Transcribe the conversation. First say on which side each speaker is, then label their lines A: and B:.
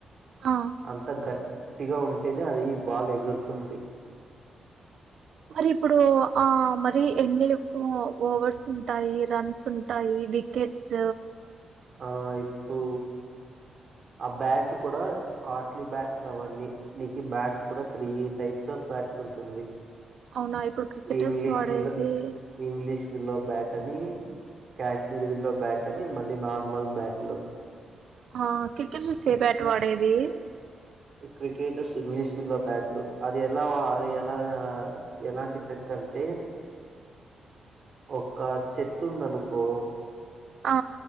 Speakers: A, on the right; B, on the right.
A: ఆ!
B: అంత గ ట్టిగా ఉంటేనే అది బాల్ ఎగురుతుంది.
A: మరి ఇప్పుడు, ఆ మరి ఎన్ని కు ఓవర్స్ ఉంటాయి. రన్స్ ఉంటాయి, వికెట్స్
B: ఆ ఇప్పు ఆ బ్యాట్ కూడా కాస్ట్లీ బ్యాట్స్ అవన్నీ నీకి బ్యాట్స్ కూడా త్రీ టైప్స్ ఆఫ్ బ్యాట్స్ ఉంటుంది.
A: అవునా? ఇప్పుడు క్రికెటర్స్
B: ఇంగ్లీష్
A: వాడేది
B: విల్ ఇంగ్లీష్ విల్లో బ్యాటని, కాశ్మీర్ విలో బ్యాట్ అని మళ్ళీ నార్ మల్ బ్యాక్ లో
A: ఆ క్రికెట్ చూసే బాట్ వాడేది.
B: క్రికెటర్స్ ఇంగ్లీష్ ఫీడ్లో బ్యాట్లు, అది ఎలా ఎలా ఎలాంటి చెక్క అంటే ఒక్క చెట్టు ఉందనుకో
A: ఆ!